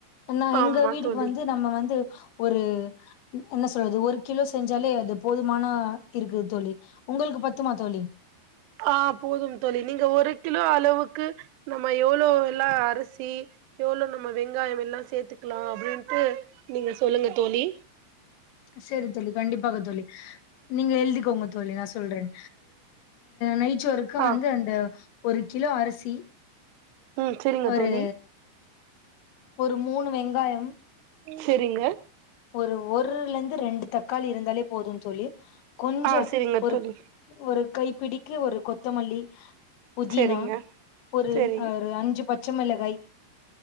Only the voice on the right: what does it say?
ஆமா
தோழி
ஆஹ் போதும் தோழி நீங்க ஒரு கிலோ அளவுக்கு நம்ம எவ்ளோல்லா அரிசி எவ்ளோ நம்ம வெங்காயம் எல்லாம் சேர்த்துக்கலாம் அப்டின்ட்டு நீங்க சொல்லுங்க தோழி
ஆ
ம் செரிங்க
தோழி
சேரிங்க
ஆ செரிங்க
தோழி
செரிங்க
செரி